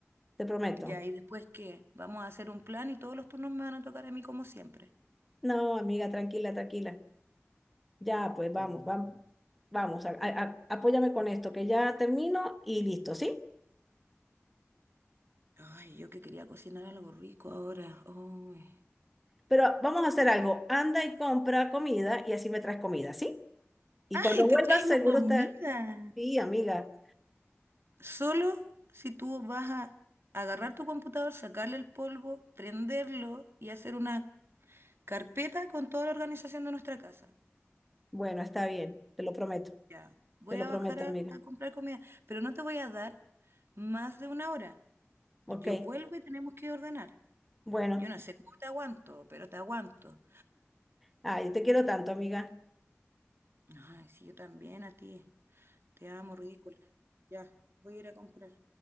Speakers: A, in the centre; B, on the right.
A: te prometo.
B: Ya, ¿y después qué? Vamos a hacer un plan y todos los turnos me van a tocar a mí como siempre.
A: No, amiga, tranquila, tranquila. Ya, pues vamos,
B: Mm.
A: vamos, vamos, a- a- a- apóyame con esto, que ya termino y listo, ¿sí?
B: Ay, yo que quería cocinar algo rico ahora. Ay,
A: Pero vamos a hacer algo, anda y compra comida y así me traes comida, ¿sí?
B: <laughs>
A: Y
B: Ay,
A: cuando vuelvas,
B: te traigo
A: seguro
B: comida.
A: está... Sí, amiga.
B: Solo si tú vas a agarrar tu computador, sacarle el polvo, prenderlo y hacer una carpeta con toda la organización de nuestra casa.
A: Bueno, está bien, te lo prometo,
B: Ya, voy
A: te
B: a
A: lo prometo,
B: bajar a,
A: amiga.
B: a comprar comida, pero no te voy a dar más de una hora.
A: Ok,
B: Yo vuelvo y tenemos que ordenar.
A: bueno.
B: Yo no sé cómo te aguanto, pero te aguanto.
A: Ay, te quiero tanto, amiga.
B: Ay, si yo también a ti. Te amo, ridícula. Ya, voy a ir a comprar.